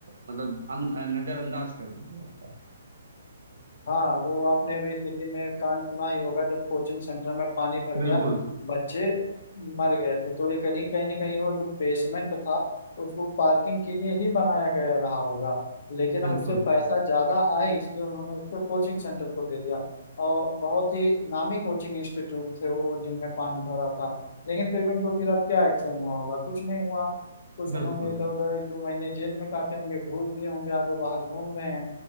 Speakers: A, on the right; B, on the left.
A: मतलब अन- अ, नजरअंदाज कर दिया जाता है
B: हाँ वो आपने अभी दिल्ली में कांड सुना ही होगा जब कोचिंग सेंटर में पानी भर
A: बिल्कुल
B: गया बच्चे मर गए थे तो ये कहीं कहीं ना कहीं वो जो बेसमेंट था उसको पार्किंग के लिए ही बनाया गया रहा होगा लेकिन
A: बिल्कुल
B: अब उससे पैसा ज्यादा आए इसलिए उन्होंने उसको कोचिंग सेंटर को दे दिया और बहुत ही नामी कोचिंग इंस्टीट्यूट थे वो जिनमें पानी भरा था लेकिन फिर भी उनके खिलाफ क्या एक्शन हुआ होगा कुछ नहीं हुआ कुछ
A: बिल्कुल
B: उन्होंने इधर उधर एक दो महीने जेल में काटे होंगे घूस दिए होंगे आज वो बाहर घूम रहे हैं